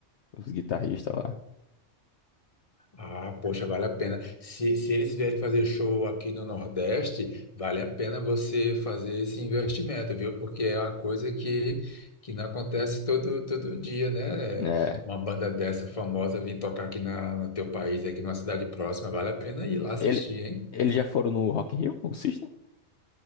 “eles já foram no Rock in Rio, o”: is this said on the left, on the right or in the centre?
Left